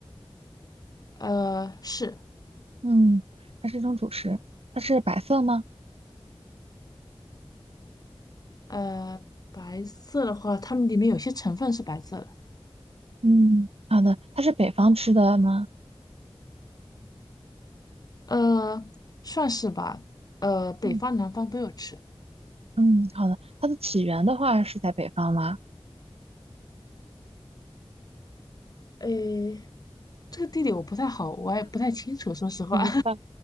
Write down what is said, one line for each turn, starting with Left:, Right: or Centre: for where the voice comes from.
Left: 呃，是，
Right: 嗯，它是一种主食。它是白色吗？
Left: 呃，白色的话，它们里面有些成分是白色的，
Right: 嗯，好的，它是北方吃的吗？
Left: 呃，算是吧，呃，北方南方都有吃，
Right: 嗯嗯，好的。它的起源的话是在北方吗？
Left: 诶，这个地理我不太好，我也不太清楚，说实话，
Right: 我不知道。